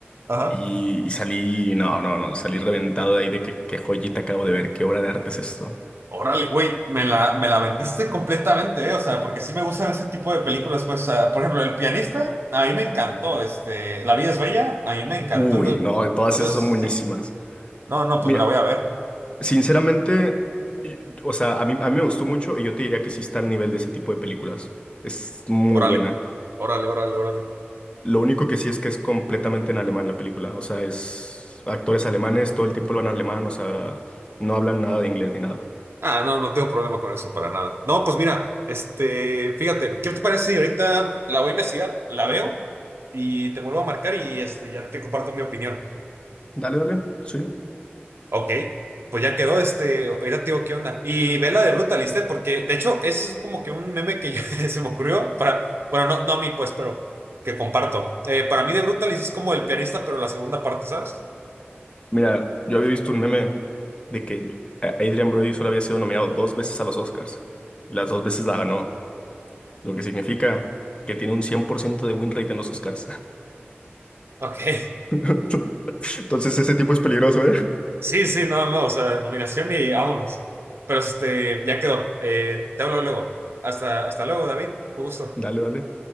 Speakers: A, on the right; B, on the left.
A: Ajá.
B: Y, y salí, no, no, no, salí reventado de ahí de que qué joyita acabo de ver, qué obra de arte es esto.
A: Órale, güey, me la, me la vendiste completamente, ¿eh? O sea, porque sí me gustan ese tipo de películas, pues, o sea, por ejemplo, El pianista, a mí me encantó, este, La vida es bella, a mí me encantó,
B: Uy,
A: entonces,
B: no, todas
A: entonces,
B: esas son buenísimas.
A: sí. No, no,
B: Mira,
A: pues me la voy a ver.
B: sinceramente, y- o sea, a mí, a mí me gustó mucho y yo te diría que sí está al nivel de ese tipo de películas. Es muy
A: Órale,
B: buena.
A: órale, órale, órale.
B: Lo único que sí es que es completamente en alemán la película. O sea, es actores alemanes, todo el tiempo lo van alemán, o sea, no hablan nada de inglés ni nada.
A: Ah, no, no tengo problema con eso para nada. No, pues mira, este, fíjate, ¿qué te parece si ahorita la voy a investigar, la veo y te vuelvo a marcar y este, ya te comparto mi opinión?
B: Dale, dale, sí.
A: Ok, pues ya quedó, este, ahorita te digo qué onda. Y ve la de Brutaliste, porque de hecho ese es como que un meme que <laughs> yo- se me ocurrió para, bueno, no, no a mí pues, pero que comparto. Eh, para mí de Brutalist es como el pianista, pero la segunda parte, ¿sabes?
B: Mira, yo había visto un meme de que a- Adrian Brody solo había sido nominado dos veces a los Oscars. Las dos veces la ganó, lo que significa que tiene un 100% de win rate en los Oscars.
A: Ok. <laughs>
B: <laughs> Entonces ese tipo es peligroso, ¿eh?
A: Sí, sí, no, no, o sea, nominación y vámonos. Pero este, ya quedó. Eh, te hablo luego. Hasta, hasta luego, David. Un gusto.
B: Dale, dale.